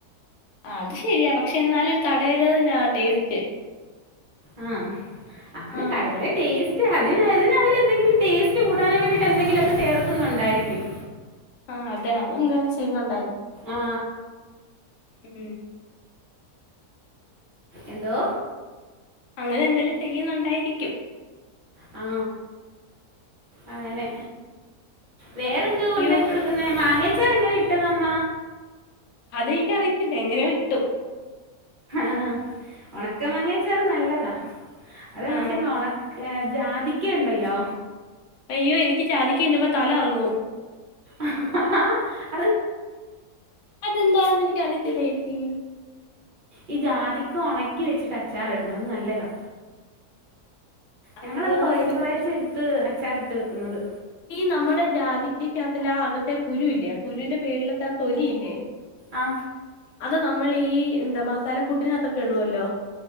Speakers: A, on the left; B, on the right.
A: അത് ശരിയാ പക്ഷെ എന്നാലും കടെലിതിനാ ടേസ്റ്റ്.
B: ആ ആണ്
A: ആഹ്
B: കടെലേ ടേസ്റ്റാ. അതിന് അതിനവരെന്തെങ്കിലും ടേസ്റ്റ് കൂടാനും വേണ്ടിട്ട് എന്തെങ്കിലൊക്കെ ചേർക്കുന്നുണ്ടായിരിക്കും.
A: ആ അതെ അതെന്തേലും ചെയ്യുന്നുണ്ടാ
B: ആ
A: ഉം
B: എന്തോ?
A: അങ്ങനെ എന്തേലും ചെയ്യുന്നുണ്ടായിരിക്കും.
B: ആ, അങ്ങനെ. വേറെന്തോ
A: അയ്യോ
B: ഉണ്ടാക്കി കൊടുക്കുന്നെ, മാങ്ങ അച്ചാർ എങ്ങനെ ഇട്ടത് അമ്മ.
A: അതെനിക്ക് അറിയത്തില്ല എങ്ങനെയൊ ഇട്ടു
B: ആണ. ഉണക്ക മാങ്ങയച്ചാറ് നല്ലതാ, അതകണക്കന്നെ
A: ആ
B: ഉണക്ക ജാതിക്കയുണ്ടാല്ലോ
A: അയ്യോ എനിക്ക് ജാതിക്ക തിന്നുമ്പോ തല കറങ്ങും.
B: ആഹ് ആ.
A: അതെന്താണെന്ന് എനിക്ക് അറിയത്തില്ല ചേച്ചി.
B: ഈ ജാതിക്ക ഉണക്കി വെച്ചിട്ട് അച്ചാർ ഇടണം അത് നല്ലതാ.
A: അയ്യോ
B: ഞങ്ങളത് കുറേച്ച
A: എനിക്ക്
B: കൊറേച്ച എടുത്ത് അച്ചാറിട്ട് വെക്കുന്നത്.
A: ഈ നമ്മുടെ ജാതിക്ക അകത്തു, ആ അകത്തെ കുരുവില്ലേ. കുരുവിന്റെ മേളിൽത്തെ ആ തൊലിയില്ലേ.
B: ആ
A: അതാ നമ്മൾ ഈ എന്താ മസാല കൂട്ടിനകത്തൊക്കെ ഇടുവല്ലോ.